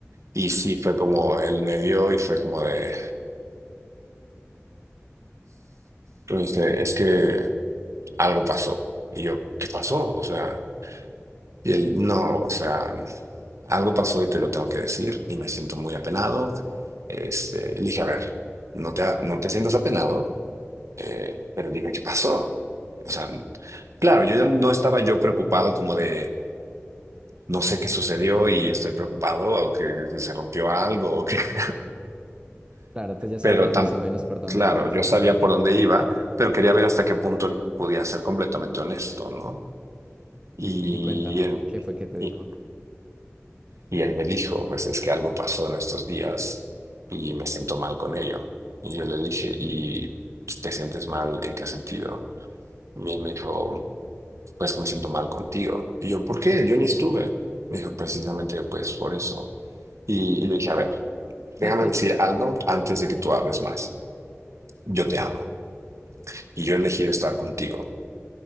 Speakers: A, on the right; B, on the right.
A: Y sí, fue como él me vio y fue como de, entonces, es que algo pasó. Y yo, ¿qué pasó? O sea, y él, no, o sea, algo pasó y te lo tengo que decir y me siento muy apenado. Este, le dije, a ver, no te, ha- no te sientas apenado, eh, pero dime qué pasó. O sea, claro, yo ya no estaba yo preocupado como de, no sé qué sucedió y estoy preocupado o que se rompió algo. <laughs>
B: claro, tú ya sabías
A: pero tan
B: más o menos por dónde
A: claro,
B: iba el,
A: yo
B: el
A: sabía
B: asunto.
A: por dónde iba, pero quería ver hasta qué punto él podía ser completamente honesto, ¿no? Y
B: Y y cuéntame,
A: él,
B: ¿qué fue que te dijo?
A: y, y él me dijo, pues es que algo pasó en estos días y me siento mal con ello. Y yo le dije, ¿y te sientes mal en qué sentido? Y él me dijo, pues que me siento mal contigo. Y yo, ¿por qué? Yo ni estuve. Me dijo, precisamente pues por eso. Y, y le dije, a ver, déjame
B: <laughs>
A: decir algo antes de que tú hables más. Yo te amo y yo he elegido estar contigo